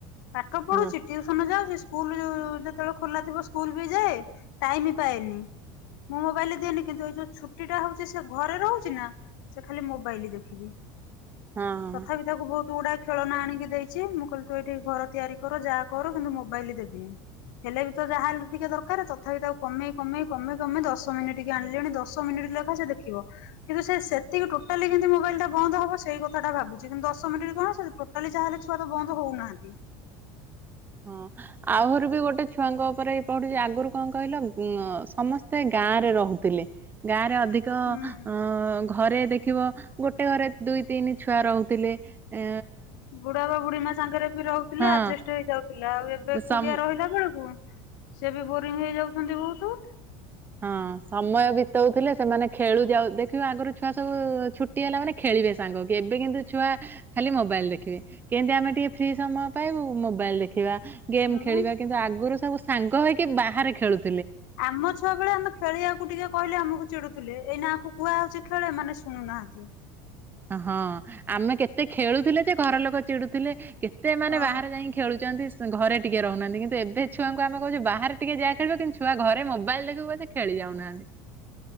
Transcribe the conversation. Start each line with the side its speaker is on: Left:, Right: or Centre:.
Left: ପାଠ
Right: ହଁ
Left: ପଢୁଛି ଟିଉସନ ଯାଉଛି। ସ୍କୁଲ ଯ ଯେତେବେଳେ ଖୋଲା ଥିବ ସ୍କୁଲ ବି ଯାଏ ଟାଇମ ପାଏନି ମୁଁ ମୋବାଇଲ ଦିଏନି କିନ୍ତୁ ଏ ଯୋଉ ଛୁଟି ଟା ହଉଛି ସେ ଘରେ ରହୁଛି ନା ସେ ଖାଲି ମୋବାଇଲ ଦେଖିବି।
Right: ହଁ।
Left: ତଥାପି ତାକୁ ବହୁତ । ତୁ ଗଡା ଖେଳନା ଆଣିକି ଦେଇଛି ମୁଁ କହିଲି ତୁ ଏଠି ଘର ତିଆରି କର ଯାହା କର କିନ୍ତୁ ମୋବାଇଲ ଦେବିନି ହେଲେ ବି ତ ଯାହା। ଟିକେ ଦରକାର ତଥାପି ତାକୁ କମେଇ କମେଇ କମେଇ କମେଇ ଦଶ ମିନିଟ ଆଣିଲେଣି ଦଶ ମିନିଟ ଲେଖା ସେ ଦେଖିବ କିନ୍ତୁ ସେତିକି ଟୋଟାଲି କେମିତି ମୋବାଇଲ ଟା ବନ୍ଦ ହବ ସେଇ କଥାଟା ଭାବୁଛି କିନ୍ତୁ ଦଶ ମିନିଟ କଣ ସେ ଟୋଟାଲି ଯାହାେଲେ ଛୁଆ ତ ବନ୍ଦ ହଉନାହାନ୍ତି ।
Right: ହଁ ଆହୁରି ବି ଗୋଟେ ଛୁଆଙ୍କ ଉପରେ ଏଇ ପଢୁଛି ଆଗରୁ କଣ କହିଲ ଉ ସମସ୍ତେ ଗାଁ ରେ ରହୁଥିଲେ ଗାଁ । ରେ ଅଧିକ
Left: ହୁଁ
Right: ଅ ଘରେ ଦେଖିବ । ଗୋଟେ ଘରେ ଦୁଇ ତିନି ଛୁଆ ରହୁଥିଲେ ।
Left: ବୁଢା ବା ବୁଢୀ ମା ସାଙ୍ଗରେ ବି ରହୁଥିଲେ
Right: ହଁ
Left: ଆଡଯେଷ୍ଟ ହେଇଯାଉ । ଥିଲା ଆଉ ଏବେ
Right: ସମ୍
Left: କୁଡିଆ ରହିଲା ବେଳକୁ । ସିଏ ବି ବୋରିଂ ହେଇଯାଉଛନ୍ତି ବହୁତ ।
Right: ହଁ ସମୟ ବିତଉଥିଲେ ସେମାନେ ଖେଳୁ ଯାଉ ଦେଖିବ ଆଗରୁ ଛୁଆ ସବୁ ଛୁଟି ହେଲା ମାନେ ଖେଳିବେ ସାଙ୍ଗହେଇକି ଏବେ କିନ୍ତୁ ଛୁଆ ଖାଲି ମୋବାଇଲ ଦେଖିବେ କେମତି ଆମେ ଟିକେ ଫ୍ରି ସମୟ ପାଇବୁ ମୋବାଇଲ ଦେଖିବା । ଗେମ୍ ଖେଳିବା
Left: ହଁ
Right: କିନ୍ତୁ ଆଗରୁ ସବୁ । ସାଙ୍ଗ ହେଇକି ବାହାରେ ଖେଳୁ ।
Left: ଆମ ଛୁଆ ବେଳେ ଆମେ । ଖେଳିବାକୁ ଟିକେ କହିଲେ ଆମକୁ ଚିଡୁଥିଲେ ଏଇନା ଆକୁ କୁହାହଉଛି ଖେଳେ ଏମାନେ ଶୁଣୁନାହାନ୍ତି ।
Right: ହଁ ଆମେ କେତେ ଖେଳୁଥିଲେ ଯେ ଘର ଲୋକ । ଚିଡୁଥିଲେ କେତେ ଏମାନେ
Left: ହଁ
Right: ବାହାରେ ଯାଇି ଖେଳୁଛନ୍ତି । ଘରେ ଟିକେ ରହୁନାହାନ୍ତି। କିନ୍ତୁ ଏବେ ଛୁଆଙ୍କୁ ଆମେ କହୁଚେ ବାହାରେ ଟିକେ ଯାଆ ଖେଳିବ କିନ୍ତୁ ଛୁଆ ଘରେ ମୋବାଇଲ ଦେଖିବୁ ପଛେ ଖେଳି ଯାଉନାହାନ୍ତି।